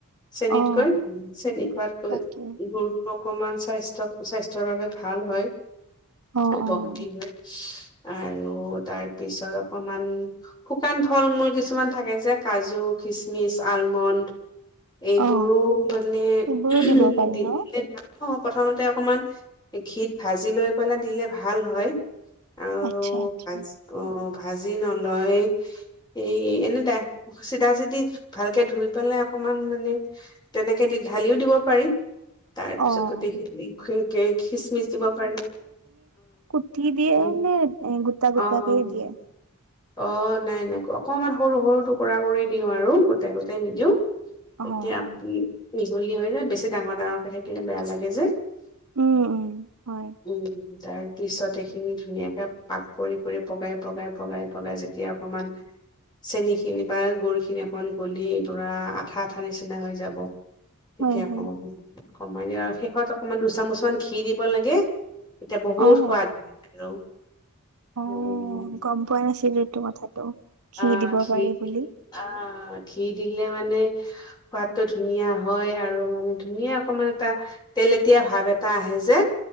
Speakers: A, on the left; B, on the right.
A: চেনীতকৈ
B: অ',
A: চেনী খোৱাতকৈ
B: তাকে
A: গুৰ। অকণমান স্বাস্থ্য স্বাস্থ্যৰ বাবে ভাল হয়।
B: অ',
A: <unintelligible>
B: অ',
A: আৰু তাৰ পিছত অকমান শুকান ফল মূল কিছুমান থাকে যে কাজু খিচমিচ আলমণ্ড। এইবোৰো
B: অ',
A: মানে
B: সেইবোৰো
A: উম
B: দিব পাৰি
A: দি
B: ন?
A: দিলে ভাল। অ প্ৰথমতে অকমান ঘিত ভাজি লৈ পেলাই দিলে। ভাল হয়। আৰু
B: আচ্ছা, আচ্ছা,
A: <unintelligible> অ, অ। ভাজি নলয়, এই এনে দা, চিধা চিধি ভালকে ধুই পেলাই অকমান মানে তেনেকে দি ঢালিও দিব পাৰি। তাৰ পিছত
B: অ',
A: গোটেইখিনি <unintelligible> খিচমিচ দিব পাৰি
B: কু্তি দিয়ে,
A: উম
B: নে গোটা গোটাকেই
A: অ
B: দিয়ে?
A: অ', নাই, নাই, অকমান সৰু সৰু টুকুৰা কৰি দিওঁ আৰু, গোটে গোটে নিদিওঁ
B: অ',
A: এতিয়া আপুনি
B: অ',
A: মিহলি হৈ যায়, বেছি ডাঙৰ ডাঙৰকৈ থাকিলে বেয়া লাগে যে
B: উম, হয়।
A: উম তাৰ পিছত এইখিনি ধুনীয়াকে পাক কৰি কৰি, পগাই, পগাই, পগাই, পগাই যেতিয়া অকমান চেনী খিনি বা গুৰ খিনি অকন গলি পুৰা আঠা আঠা নিচিনা হৈ যাব তেতিয়া
B: হয়, হয়,
A: <unintelligible> কমাই দি আৰু শেষত অকমান দুচামুচমান ঘিঁ দিব লাগে তেতিয়া বহুত
B: অ',
A: সোৱাদ <unintelligible> আৰু
B: অ',
A: উম,
B: গম পোৱা নাছিলো এইটো কথাটো। ঘি
A: অ',
B: দিব
A: ঘিঁ
B: পাৰি
A: দিলে,
B: বুলি,
A: অ', ঘিঁ দিলে মান <unintelligible> সোৱাদটো ধুনীয়া হয় আৰু মানে ধুনীয়া অকমান এটা, তেলেতীয়া ভাৱ এটা আহে যে।